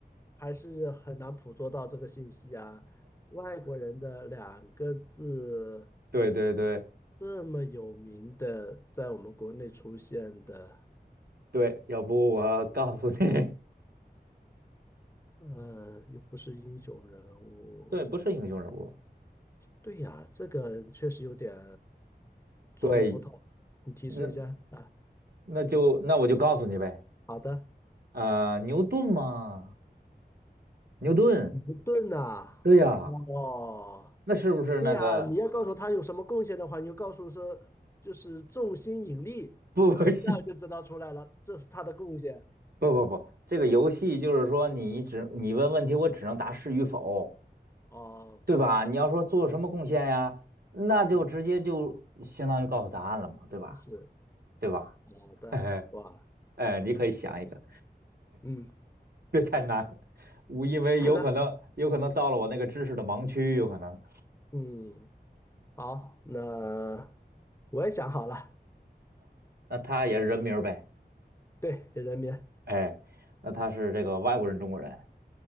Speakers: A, on the left; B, on the right.
A: 还是很难捕捉到这个信息啊。外国人的两个字
B: 对对对
A: 这么有名的，在我们国内出现的，
B: 对，要不我告诉你，
A: 嗯、又不是英雄人物，
B: <laughs> 对，不是英雄人物。
A: 对呀，这个确实有点琢磨不透。
B: 对，
A: 你提示一下啊？
B: 那那就那我就告诉你呗。
A: 好的，
B: 呃，牛顿吗？牛顿，
A: 尼克顿呐，
B: 对呀，
A: 哦。
B: 那是不是那个？
A: 对呀，你要告诉他有什么贡献的话，你就告诉说就是重心引力，
B: 不不
A: 嗯，
B: <laughs>
A: 那就知道出来了，这是他的贡献。
B: 不不不，这个游戏就是说你只你问问题，我只能答是与否，
A: 哦，
B: 对吧？你要说做什么贡献呀，那就直接就相当于告诉答案了嘛，
A: 嗯，
B: 对吧？
A: 是
B: 对吧？
A: 好的，
B: <laughs> 嘿嘿，
A: 哇，
B: 哎，你可以想一个，
A: 嗯，
B: 别太难，我因为有可能有可能到了我那个知识的盲区，
A: <laughs> 那
B: 有可能。
A: 嗯，好，那我也想好了，
B: 那他也是人名儿呗，
A: 对，人民，
B: 哎，那他是这个外国人、中国人，